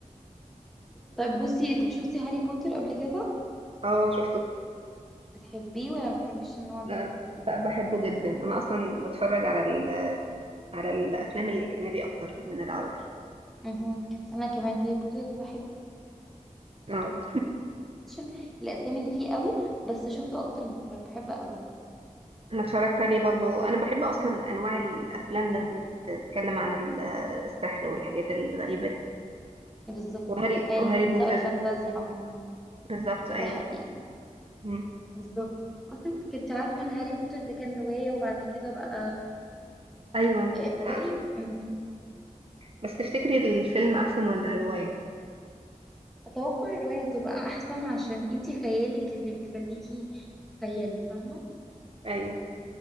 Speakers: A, in the centre; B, on the right.
A: طيب بصي طب شفتي هاري بوتر قبل كده
B: اه شفته
A: بتحبيه ولا ما بتحبيش النوع ده
B: ده ده بحبه جدا انا اصلا بتفرج على ال... على الافلام الاجنبي اكتر من العربي
A: مهم. انا كمان هاري بوتر ده بحبه
B: اه
A: شن- الاسامي اللي فيه قوي بس شفته اكتر من مره انا بحبه قوي يعني
B: انا اتفرجت عليه برضو انا بحب اصلا انواع الافلام ده اللي بتتكلم عن ال- السحر والحاجات الغريبه
A: بالظبط
B: وهاري
A: الخيال
B: وهاري
A: المائده
B: بوتر
A: والفانتازيا عموما
B: بالظبط ايوه
A: ده حقيقي
B: مم.
A: بالظبط اصلا انت كنت عارفه ان هاري بوتر ده كان روايه وبعد كده بقى
B: ايوه
A: آه،
B: انا
A: فيلم
B: عارفه
A: مم.
B: بس تفتكري الفيلم احسن ولا الروايه
A: اتوقع الروايه هتبقى احسن عشان انت خيالك اللي بيخليكي خيالي فاهمه
B: ايوه